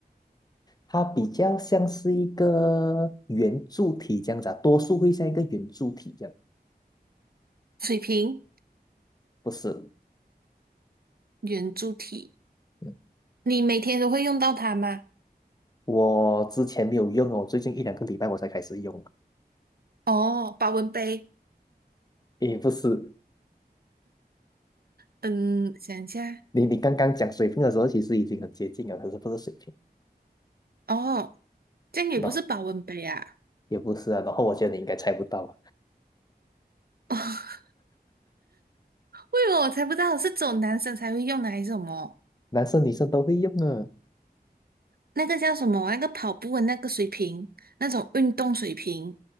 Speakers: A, on the left; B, on the right.
A: 它比较像是一个圆柱体这样子啊，多数会像一个圆柱体这样。
B: 水瓶、
A: 不是，
B: 圆柱体，
A: 嗯
B: 你每天都会用到它吗？
A: 我之前没有用哦，最近一两个礼拜我才开始用。
B: 哦，保温杯，
A: 也不是，
B: 嗯，想一下，
A: 你你刚刚讲水平的时候，其实已经很接近了，可是不是水平，
B: 哦，这样也不是保温杯啊。
A: 那、也不是啊。然后我觉得你应该猜不到啊，
B: <laughs> 为什么我才不知道是只有男生才会用的，还是什么？
A: 男生女生都会用的，
B: 那个叫什么？那个跑步的那个水平，那种运动水平。